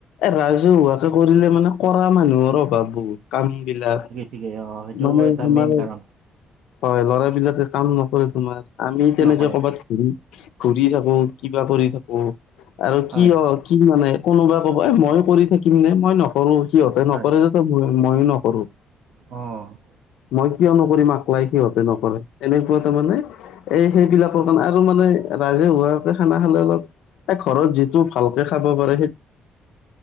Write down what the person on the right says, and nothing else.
ঠিকে অ সেইটো
এটা
মেইন কাৰণ।
নকৰে
হয়
হয়
অঁ'